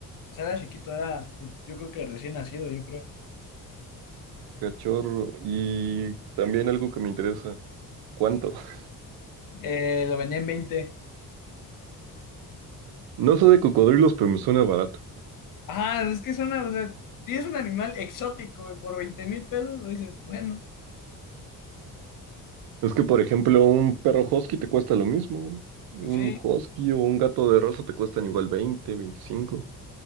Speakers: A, on the left; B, on the right.
A: O sea, era chiquito, era, pues, yo creo que recién nacido, yo creo.
B: Cachorro. Y también algo que me interesa. ¿Cuánto? <laughs>
A: Eh, lo vendía en veinte
B: No sé de cocodrilos, pero me suena barato.
A: Ajá, es que es una, o sea, tienes un animal exótico, güey, por veinte mil pesos, pues dices, bueno.
B: Es que, por ejemplo, un perro husky te cuesta lo mismo. Un
A: Pues sí,
B: husky o un gato de raza te cuestan igual 20, 25.